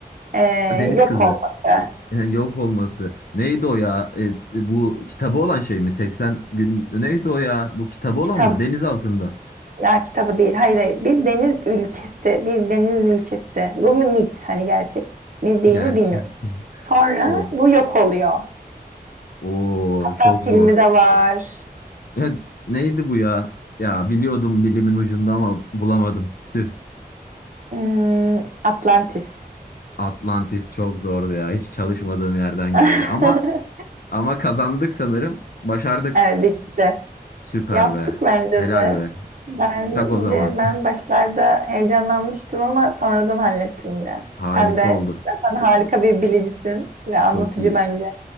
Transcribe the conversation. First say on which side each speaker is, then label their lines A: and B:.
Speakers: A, on the right (about 55°); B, on the left (about 65°).
A: eee,
B: Deniz
A: yok
B: kızı.
A: olması.
B: E, Yok olması. Neydi o ya? E, t- bu kitabı olan şey mi? 80 gün. Neydi o ya? Bu kitabı olan
A: Kitap
B: mı? Deniz altında.
A: ya kitabı değil, hayır hayır. Bir deniz ülkesi, bir deniz ülkesi. Bu bir mit, hani gerçek mi değil
B: Gerçek
A: mi bilmiyorum.
B: değil.
A: Sonra
B: O.
A: bu yok oluyor.
B: O
A: Hatta
B: çok
A: filmi
B: zor.
A: de var.
B: Ya, neydi bu ya? Ya biliyordum dilimin ucunda ama bulamadım. Tüh.
A: Hmm, Atlantis.
B: Atlantis çok zordu ya. Hiç çalışmadığım yerden
A: <laughs>
B: geldi. Ama ama kazandık sanırım. Başardık.
A: Evet bitti.
B: Süper
A: Yaptık
B: be.
A: bence
B: Helal
A: de.
B: be.
A: Bence
B: Tak o zaman.
A: ben başlarda heyecanlanmıştım ama sonradan hallettim yine.
B: <laughs> Harika
A: Sen de
B: oldu.
A: zaten harika bir bilicisin ve anlatıcı
B: Çok iyi.
A: bence.